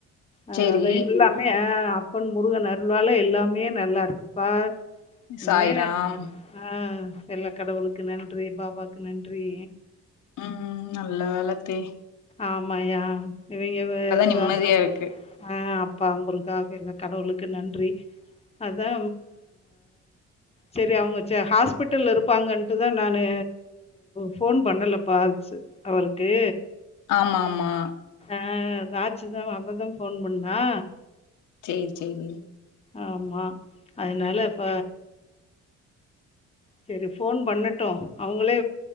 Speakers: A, on the left (about 20°); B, on the left (about 80°).
A: அஹ்
B: சேரி
A: அத எல்லாமே ஆஹ் அப்பன் முருகன் அருளால எல்லாமே நல்லா இருக்குபா
B: சாய்ராம்
A: இன்மே ஆஹ் எல்லா கடவுளுக்கு நன்றி பாபாக்கு நன்றி
B: உம் நல்ல வேலத்தே
A: ஆமாயா இவிங்க வேற
B: நிம்மதியா
A: வர்லாம்
B: இருக்கு
A: ஆ அப்பா முருகா எங்க கடவுளுக்கு நன்றி அத்தா செரி அவுங்க ஹாஸ்பிட்டல்ல இருப்பாங்கன்ட்டு தா நானு ஃபோன் பண்ணலப்பா அவருக்கு
B: ஆமா ஆமா
A: ஆஹ் தாச்சு தா அப்ப தா ஃபோன் பண்ணா
B: சேரி சேரி
A: ஆமா அதனால இப்ப செரி ஃபோன் பண்ணட்டு அவுங்களே